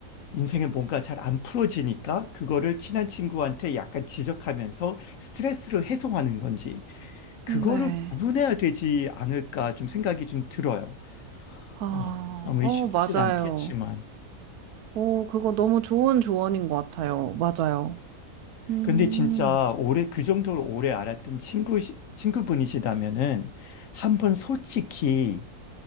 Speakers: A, on the left; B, on the right.
A: 인생에 뭔가 잘 안 풀어지니까 그거를 친한 친구한테 약간 지적하면서 스트레스를 해소하는 건지 그거를
B: 음, 네.
A: 구분해야 되지 않을까 좀 생각이 좀 들어요.
B: 아,
A: 어, 아무리
B: 어,
A: 쉽진
B: 맞아요.
A: 않겠지만.
B: 오, 그거 너무 좋은 조언인 것 같아요. 맞아요. 음,
A: 근데 진짜 오래 그 정도로 오래 알았던 친구 친구분이시다면은 한번 솔직히